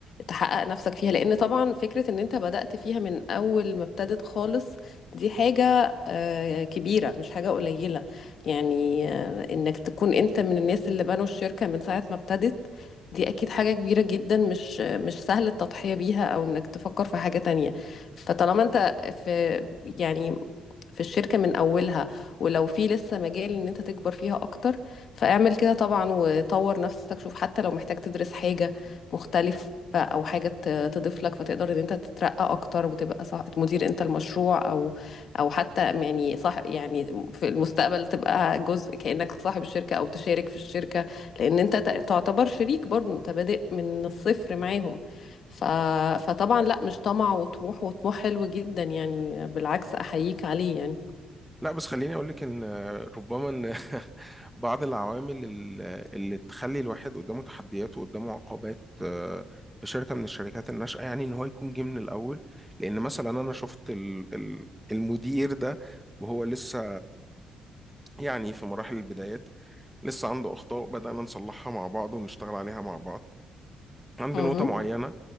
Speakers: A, on the left; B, in the centre.
A: تحقق نفسك فيها لان طبعا فكرة ان انت بدأت فيها من اول ما ابتدت خالص دي حاجة آه، كبيرة مش حاجة قليلة يعني آه، انك تكون انت من الناس اللي بنوا الشركة من ساعة ما ابتدت دي اكيد حاجة كبيرة جدا مش مش سهل التضحية بيها او انك تفكر في حاجة تانية فطالما انت في يعني في الشركة من أولها ولو في لسه مجال إن أنت تكبر فيها أكتر فاعمل كده طبعا وطور نفسك شوف حتى لو محتاج تدرس حاجة مختلفة أو حاجة ت- تضيف لك فتقدر إن أنت تترقى أكتر وتبقى صح مدير أنت المشروع أو أو حتى يعني صح يعني في المستقبل تبقى جزء كأنك صاحب الشركة أو تشارك في الشركة لأن أنت ت- تعتبر شريك برضه أنت بادئ من الصفر معاهم ف... فطبعا لا مش طمع وطموح وطموح حلو جدا يعني بالعكس أحييك عليه يعني
B: لا بس خليني اقول لك ان ربما ان <laughs> بعض العوامل ال- اللي تخلي الواحد قدامه تحديات وقدامه عقبات آه، في شركه من الشركات الناشئه يعني ان هو يكون جه من الاول لان مثلا انا شفت ال- ال- المدير ده وهو لسه يعني في مراحل البدايات لسه عنده اخطاء بدانا نصلحها مع بعض ونشتغل عليها مع بعض عند
A: اها
B: نقطة معينة